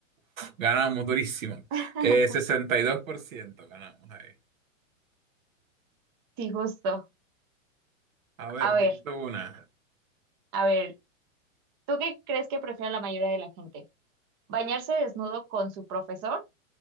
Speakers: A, on the right; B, on the right.
A: ganamos durísimo.
B: <laughs>
A: Eh, sesenta y dos por ciento ganamos ahí.
B: Sí, justo.
A: A ver,
B: A ver,
A: dime tú una.
B: a ver, ¿tú qué crees que prefiere la mayoría de la gente? ¿Bañarse desnudo con su profesor